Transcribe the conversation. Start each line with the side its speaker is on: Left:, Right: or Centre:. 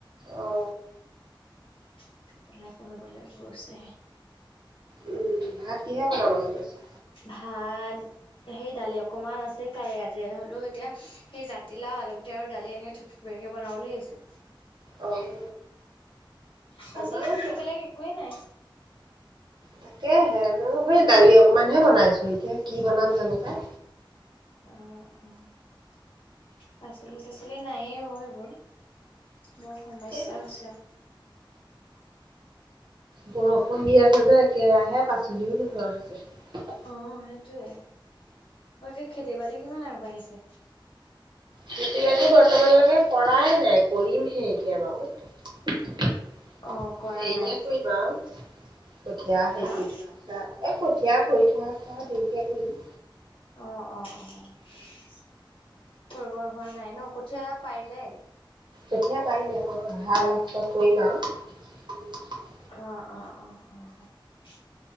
Right: অ'
Left: উঠি পেলাই পঢ়িবলৈ গৈছেহে।
Right: উম ভাত কিহে বনাবলৈ লৈছা
Left: ভাত <unintelligible> দালি অকমান আছে কাৰেৰাতে হ'লেও এতিয়া সেই জাতিলাও আলুগুটি আৰু দালি এনেকে থথুীয়াকে বনাব বুলি ভাবিছোঁ
Right: অ',।
Left: পাচলি
Right: আমাৰো
Left: চাচলি
Right: মা
Left: বেলেগ একোৱেই নাই
Right: তাকেহে, ময় সেই দালি অকমান হে বনাইছো এতিয়া কি বনাম তেনেকুৱাই
Left: আহ, অ',। পাচলি, চাচলি নাইয়ে অ', এইবোৰ বৰ সমস্যা
Right: এ
Left: হৈছে আৰু
Right: বৰষুণ দি আছে যে একেৰাহে পাচলিওৰ হৈছে।
Left: অ', সেইটোৱে বাকী খেতি বাতি কিমান আগবাঢ়িছে।
Right: কট বাটো বৰ্তমানলৈকে কৰাই নাই কৰিমহে এতিয়া বাৰু দেৰি
Left: অ কৰা নাই
Right: কৰিমা কঠীয়া <unintelligible> এ,
Left: আহ
Right: কঠীয়া কৰি থোৱা আছে আৰু দেৰিকে কৰিম
Left: অ', অ', অ',। কৰিব হোৱা নাই ন কঠীয়া পাৰিলে
Right: কঠীয়া পাইিলে আৰু আহা কৰিম আৰু
Left: অ', অ', অ', অ',।